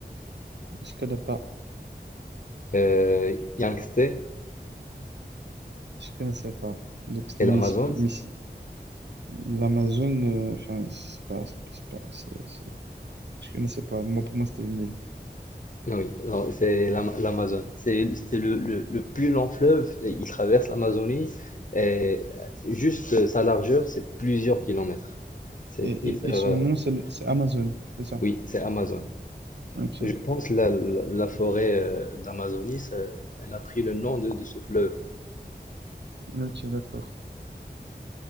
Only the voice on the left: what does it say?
euh, Yangtze et
l'Amazone.
Oui, non, c'est l'Ama- l'Amazon. C'est c'est le, le- le plus long fleuve. et Il traverse l'Amazonie et juste euh, sa largeur, c'est plusieurs kilomètres. C'est
hyper
euh,
grand.
Oui, c'est Amazon.
Je pense la, la, la forêt euh, d'Amazonie, ça- elle a pris le nom de, de ce fleuve.